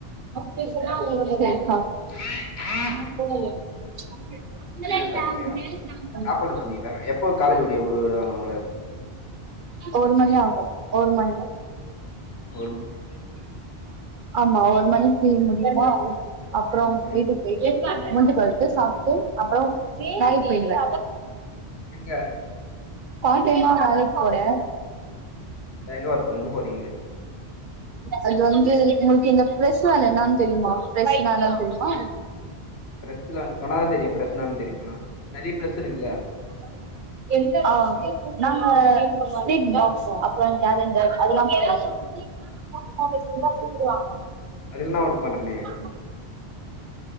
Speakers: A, on the right; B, on the left.
A: சரிப்பா
B: <unintelligible>
A: <inaudible>
B: நீங்க என்ன சாப்ட்டீங்க சாப்பட்லன்னு சொன்னீங்கல்ல எப்போ காலேஜ் ஓடி விடு வாங்க உங்கள
A: ஒரு மணி ஆகு ஒரு மணி
B: ஒரு மணி கேட்டீங்க.
A: ஆமா ஒரு மணிக்கு முடியுமா அப்பற
B: ம்
A: வீட்டுக்கு போயிட்டு முந்தி பழத்து சாப்ட்டு அப்பற வேலைக்கு போயிருவே
B: எங்க
A: பார் டைமா வேலைக்கு போறே
B: எங்க வர்க் எங்க போறீங்க
A: அது வந்து உங்களுக்கு இந்த பிரெஸ் வேலை என்னனு தெரியுமா பிரெஸ்ன்ன என்னனு தெரியுமா
B: பிரெஸ்ல <unintelligible> தெரியு பிரெஸ்னா ன்னா தெரியுமா நெறையா ப்ரெஸ் இருக்குல்ல
A: அதாவது ஆ நாங்க ஸ்வீட் பாக்ஸ் அப்பற கேலண்டர் அதெல்லா <inaudible> <inaudible> பேசி இருந்த கூப்புடு வாங்க
B: அது என்னா ஒர்க் பண்ணற நீ
A: <unintelligible>